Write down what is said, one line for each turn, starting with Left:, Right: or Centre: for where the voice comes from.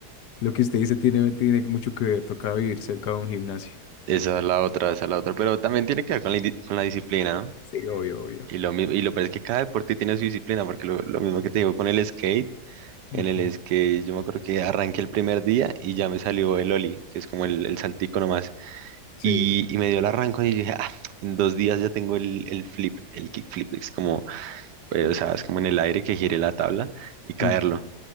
Left: Lo que usted dice tiene, tiene mucho que ver, toca vivir cerca de un gimnasio.
Right: Esa es la otra, esa es la otra. Pero también tiene que ver con la, indi- con la disciplina, ¿no?
Left: Sí, obvio, obvio.
Right: Y lo mismo, y lo peor es que cada deporte tiene su disciplina, porque lo, lo mismo que te digo con el skate,
Left: Ujú,
Right: en el skate yo me acuerdo que arranqué el primer día y ya me salió el ollie, que es como el, el saltico nomás.
Left: Sí.
Right: Y, y me dio el arranco y dije, ah, en dos días ya tengo el, el flip, el kickflip. Es como, eh, o sea, es como en el aire que gire la tabla y caerlo.
Left: Mm,